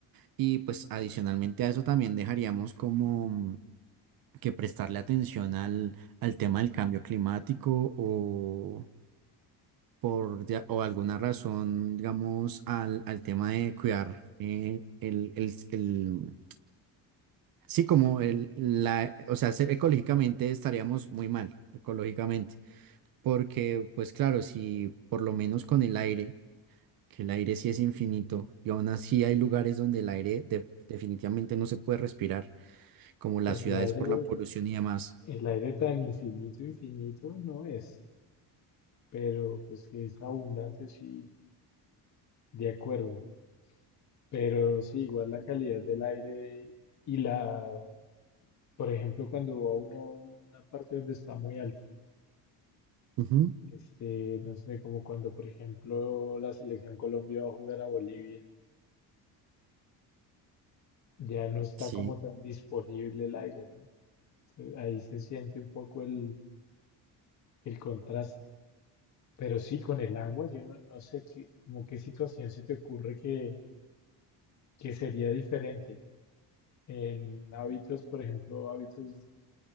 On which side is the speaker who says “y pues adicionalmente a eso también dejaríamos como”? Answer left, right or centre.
Right